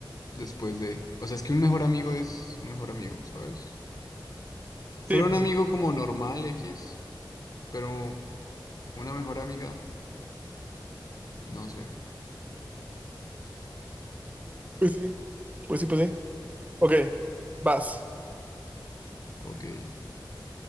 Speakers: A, on the left (about 50°); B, on the right (about 20°).
A: después de... O sea, es que un mejor amigo es un mejor amigo, ¿sabes? Fuera
B: Sí, pues
A: un amigo
B: sí,
A: como normal X, pero una mejor amiga, no sé.
B: pues sí, pues sí, pues sí. Ok, vas.
A: Ok.